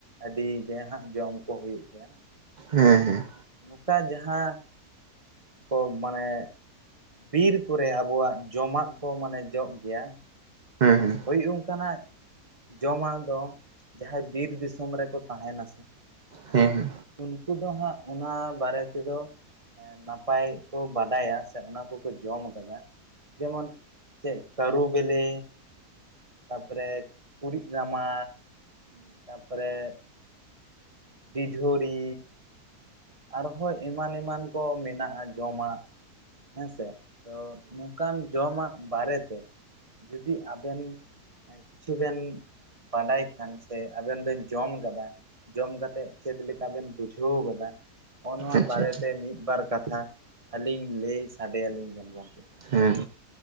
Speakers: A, on the right; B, on the right.
A: ᱟᱹᱰᱤ ᱜᱮ ᱦᱟᱸᱜ ᱡᱚᱢ ᱠᱚ ᱦᱩᱭᱩᱜ ᱜᱮᱭᱟ᱾ ᱛᱚ
B: ᱦᱮᱸ ᱦᱮᱸ ᱦᱮᱸ
A: ᱱᱚᱝᱠᱟ ᱡᱟᱦᱟᱸ᱾ ᱠᱚ ᱢᱟᱱᱮ ᱵᱤᱨ ᱠᱚᱨᱮ ᱟᱵᱚᱣᱟᱜ ᱡᱚᱢᱟᱜ᱾ ᱠᱚ ᱢᱟᱱᱮ ᱡᱚᱜ ᱜᱮᱭᱟ᱾
B: ᱦᱩᱸ ᱦᱮᱸ
A: ᱦᱳᱭ ᱚᱱᱠᱟᱱᱟᱜ᱾ ᱡᱚᱢᱟᱜ ᱫᱚ ᱡᱟᱦᱟᱸᱭ ᱵᱤᱨ ᱫᱤᱥᱚᱢ ᱨᱮᱠᱚ ᱛᱟᱦᱮᱸᱱᱟ ᱥᱮ᱾
B: ᱦᱮᱸ ᱦᱮᱸ᱾
A: ᱩᱱᱠᱩ ᱫᱚ ᱦᱟᱸᱜ ᱚᱱᱟ ᱵᱟᱨᱮ ᱛᱮᱫᱚ ᱱᱟᱯᱟᱭ ᱠᱚ ᱵᱟᱰᱟᱭᱟ ᱥᱮ ᱚᱱᱟ ᱠᱚᱠᱚ ᱡᱚᱢ ᱠᱟᱫᱟ᱾ ᱡᱮᱢᱚᱱ ᱪᱮᱫ ᱠᱟᱹᱲᱩ ᱵᱮᱞᱮ᱾ ᱛᱟᱯᱚᱨᱮ ᱠᱩᱲᱤᱫ ᱨᱟᱢᱟ᱾ ᱛᱟᱯᱚᱨᱮᱼᱼ ᱰᱤᱰᱷᱳᱲᱤ᱾ ᱟᱨᱦᱚᱸ ᱮᱢᱟᱱ ᱮᱢᱟᱱ ᱠᱚ ᱢᱮᱱᱟᱜᱼᱟ ᱡᱚᱢᱟᱜ᱾ ᱦᱮᱸᱥᱮ ᱛᱚ ᱱᱚᱝᱠᱟᱱ ᱡᱚᱢᱟᱜ ᱵᱟᱨᱮᱛᱮᱼᱼ ᱡᱩᱫᱤ ᱟᱵᱮᱱ ᱠᱤᱪᱷᱩ ᱵᱮᱱᱼᱼ ᱵᱟᱰᱟᱭ ᱠᱷᱟᱱ ᱥᱮ ᱟᱵᱮᱱ ᱵᱮᱱ ᱡᱚᱢ ᱠᱟᱫᱟ᱾ ᱡᱚᱢ ᱠᱟᱛᱮᱜ ᱪᱮᱫ ᱞᱮᱠᱟ ᱵᱮᱱ ᱵᱩᱡᱷᱟᱹᱣ ᱠᱟᱫᱟ? ᱦᱚᱸᱜᱼᱚ ᱱᱚᱣᱟ
B: ᱟᱪᱪᱷᱟ
A: ᱵᱟᱨᱮ
B: ᱟᱪᱪᱷᱟ
A: ᱛᱮ ᱢᱤᱫ ᱵᱟᱨ ᱠᱟᱛᱷᱟ ᱟᱹᱞᱤᱧ ᱞᱟᱹᱭ ᱥᱟᱰᱮ ᱟᱹᱞᱤᱧ ᱵᱮᱱ ᱜᱚᱢᱠᱮ।
B: ᱦᱮᱸ